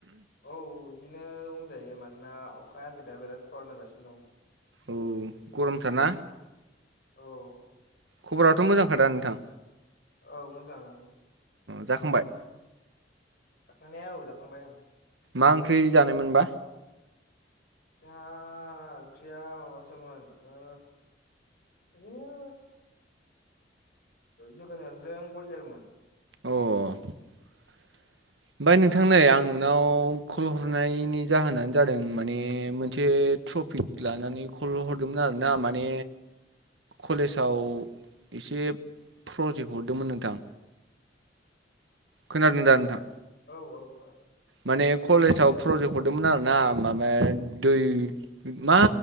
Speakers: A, on the left; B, on the right.
A: औ बिदिनो बुंजायो मानोना अखाया आगोदा बिराद खरा नांगासिनो दं
B: औ गर'म थारना
A: औ
B: खबरथ' मोजांखादा नोंथां
A: औ मोजां
B: जाखांबाय
A: जाखानाया औ जाखांबाय आं
B: मा ओंख्रि जानायमोनबा
A: जा ओंख्रिया माबासोमोन ओ इदिनो जोगोनारजों ब्रयलारमोन
B: अ ओमफ्राय नोंथां नै आं नोंनाव खल हरनायनि जाहोनानो जादों माने मोनसे ट्रफि लानानै खल हरदोंमोन आरोना माने कलेजाव एसे प्रजेक्ट हरदोंमोन नोंथां खोनादों दा नोंथां
A: औ औ औ
B: माने कलेसआव प्रजेक्ट हरदोंमोन आरोना माब दै मा